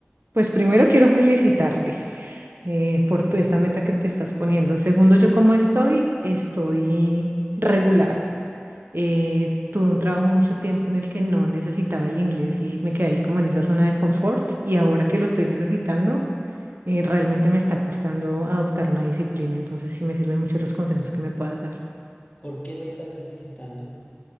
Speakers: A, on the right; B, on the left.
A: Pues primero quiero felicitarte eh, por tu, esta meta que te estás poniendo. Segundo, yo cómo estoy, estoy regular. Eh, tuve un trabajo mucho tiempo en el que no necesitaba el inglés y me quedé ahí como en esa zona de confort y ahora que lo estoy necesitando, eh, realmente me está costando adoptar una disciplina, entonces sí me sirven mucho los consejos que me puedas dar.
B: ¿Por qué lo estás necesitando?